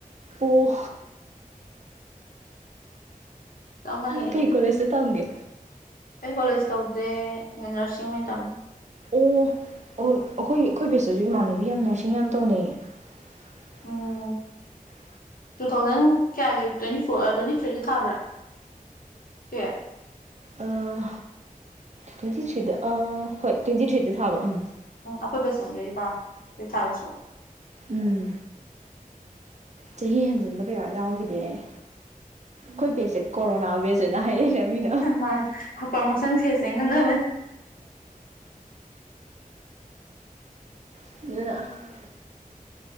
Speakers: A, on the right; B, on the left.
A: ꯑꯣ
B: ꯆꯞ ꯃꯥꯟꯅꯩ
A: ꯀꯩ ꯀꯣꯂꯦꯖ ꯇ ꯇꯝꯒꯦ
B: ꯑꯩꯗꯤ ꯀꯣꯂꯦꯖ ꯇꯧꯗꯦ ꯅ꯭ꯔꯁꯤꯡ ꯑꯣꯏꯟ ꯇꯝꯃꯤ
A: ꯑꯣ ꯑꯣ ꯑꯈꯣꯏ ꯑꯈꯣꯏ ꯕꯦꯁꯇꯁꯨ ꯏꯃꯥꯟꯅꯕꯤ ꯌꯥꯝꯅ ꯅꯔꯁꯤꯡ ꯌꯥꯝ ꯇꯧꯅꯩꯌꯦ <inaudible>
B: ꯎꯝ ꯇꯨ ꯊꯥꯎꯖꯟ ꯀꯌꯥꯒꯤ ꯇ꯭ꯋꯦꯟꯇꯤ ꯐꯣꯔ ꯇ꯭ꯋꯦꯟꯇꯤ ꯊ꯭ꯔꯤꯗ ꯊꯕ꯭ꯔꯥ ꯇ꯭ꯋꯦꯞ
A: ꯑꯥ ꯇ꯭ꯋꯦꯟꯇꯤ ꯊ꯭ꯔꯤꯗ ꯑꯥ ꯍꯣꯏ ꯇ꯭ꯋꯦꯟꯇꯤ ꯊ꯭ꯔꯤꯗ ꯊꯥꯕ ꯎꯝ
B: ꯎꯝ ꯑꯈꯣꯏꯕꯦꯁ <unintelligible> ꯇꯨꯋꯦꯞ ꯊꯥꯕꯁꯨ
A: ꯎꯝ ꯆꯍꯤ ꯍꯟꯖꯤꯟꯕ ꯀꯩꯌꯥ ꯌꯥꯎꯈꯤꯗꯦ ꯑꯩ ꯈꯣꯏ ꯕꯦꯁꯁꯦ ꯀꯣꯔꯣꯅꯥ ꯕꯦꯁꯅ ꯍꯥꯏꯅꯩꯅꯦ ꯃꯤꯅ
B: ꯎꯝ ꯃꯥꯅꯦ ꯄ꯭ꯔꯃꯣꯁꯟ ꯐꯦꯁꯅ ꯉꯥꯡꯅꯕꯅꯦ
A: <unintelligible>